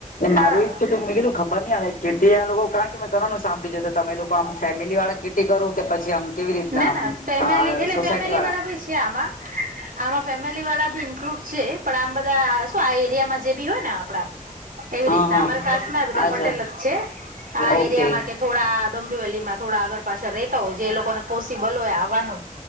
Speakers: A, on the right; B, on the left.
A: હા
B: મારું એક તો ત નીકળું ખબર નહી આવે કીટી લોકો કારણ કે મેં ઘણાનું સાંભળી જ તો તમે એ લોકો આમ ફેમિલી વાળા કીર્તિ કરો કે પછી આમ કેવી રીતના
A: ના
B: આમ
A: ના ફેમલી
B: આ
A: એટલે
B: સોસાયટી
A: ફેમિલી વાળા બ છે આમાં આમાં ફેમિલી વાળા બી ઇન્લુડ છે પણ આમ બધા શું આ એરિયામાં જે બી હોય ને આપડા એવી
B: હા
A: રીતના
B: હા
A: અમારે કાસ ના બધા
B: અચ્છા
A: પટેલ જ છે આ
B: ઓકે
A: એરિયામાં કે થોડા ડોમ્બીવેલીમાં થોડા આગળ પાછળ રેતા હોય જે એ લોકોને પોસિબલ હોય આવવાનું